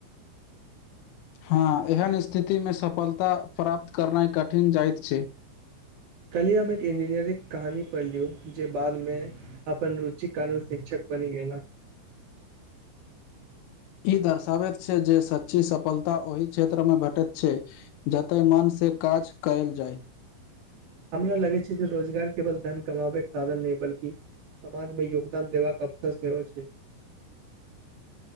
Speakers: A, on the left (about 80°); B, on the right (about 55°).
A: हँ एहन स्थितिमे सफलता प्राप्त करनाइ कठिन जाइत छै।
B: काल्हिये हम एक इंजीनियरिंग कहानी पढ़लियौ जे बादमे अपन रुचि के कारण शिक्षक बनी गेला।
A: ई दर्शाबैत छै जे सच्ची सफलता ओही क्षेत्र में भेटैत छै। जतय मनसं काज कयल जाइ।
B: हमरा लगै छै जे रोजगार केबल धन कमाबैके साधन नै बल्कि समाजमे योगदान देबाक अवसर सेहो छै।